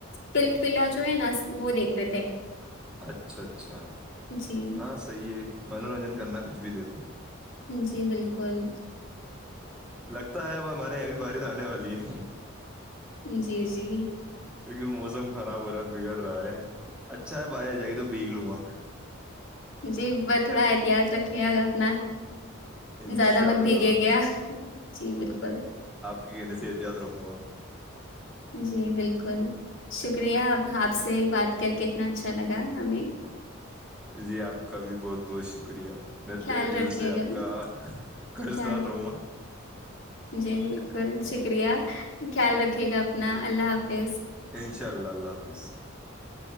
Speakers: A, on the left; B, in the centre.
A: پلٹ پلا جو ہے نا وہ دیکھ رہے تھے <unintelligible>
B: اچھا اچھا
A: جی
B: ہاں صحی ہے منورنجن کرنا کچھ بھی دیکھو
A: جی بالکل <inaudible>
B: لگتا ہے اب ہمارے یہاں بھی بارش آنے والی ہے
A: جی جی
B: کیونکہ موسم خراب ہو رہا ہے بگڑ رہا ہے اچھا ہے بارش آ جائے گی تو بھیگ لوں گا
A: جی بس تھوڑا احتیاط رکھیے گا اپنا
B: انشاء
A: زیادہ مت
B: اللہ
A: بھیگے گیا جی بالکل
B: کہنے سے اتیاد رکھو
A: جی بالکل شکریہ اب آپ سے بات کر کےتنا اچھا لگا ہمیں
B: جی آپ کا بھی بہت بہت شکریہ <unintelligible>
A: خیال
B: دل
A: رکے
B: سے آپ
A: گا
B: کا قرض
A: خیال
B: دار رہوں گا
A: جی بالکل شکریہ خیال رکھ ٹھیک ہے اپنا اللہ حافظ
B: انشاء اللہ اللہ حافظ <inaudible> <inaudible>